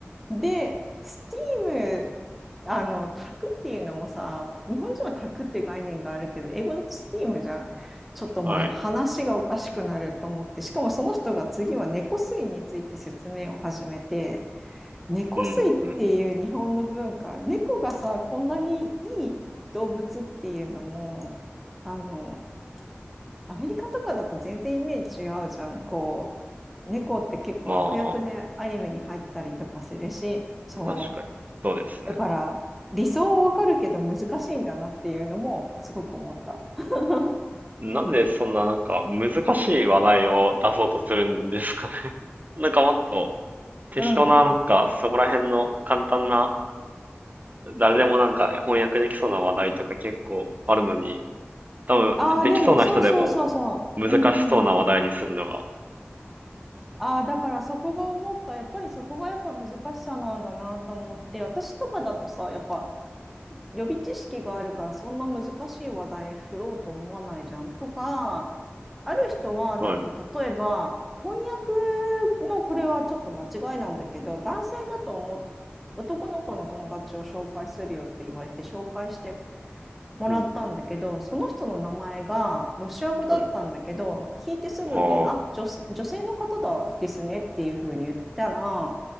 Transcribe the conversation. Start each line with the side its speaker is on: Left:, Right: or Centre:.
Centre: で、スティーム、あの、炊くっていうのもさ、日本人は炊くって概念があるけど、英語のスティームじゃん。ちょっともうね、
Right: はい。
Centre: 話がおかしくなると思って、しかもその人が次は猫吸いについて説明を始めて、猫吸いっていう日本の文化、
Right: うん、うん。
Centre: 猫がさ、こんなにいい動物っていうのも、あの、アメリカとかだと全然イメージ違うじゃん。こう、猫って結構悪役でアニメに入ったりとかするし、
Right: まあ、
Centre: そう。
Right: 確かに。そうですね。
Centre: だから、理想はわかるけど難しいんだなっていうのもすごく思った。<laughs>
Right: なんでそんななんか難しい話題を出そうとするんですかね <laughs> なんかもっと適当ななんかそこら辺の簡単な
Centre: うん。
Right: 誰でもなんか翻訳できそうな話題とか結構あるのに多分できそうな人でも
Centre: ああ、でも、そうそうそうそう。
Right: 難しそうな話題にするのが。
Centre: うんうんうん。ああ、だからそこが思った、やっぱりそこがやっぱ難しさなんだなと思って、私とかだとさ、やっぱ予備知識があるからそんな難しい話題振ろうと思わないじゃん。とか、ある人はなんか例えば翻
Right: はい。
Centre: 訳のこれはちょっと間違いなんだけど、男性だと思う男の子の友達を紹介するよって言われて紹介してもらったんだけど、
Right: うん。
Centre: その人の名前がロシア語だったんだけど、
Right: はい。
Centre: 聞いてすぐに、
Right: あ
Centre: あ、女性、女性の方だですねっていうふうに言ったら、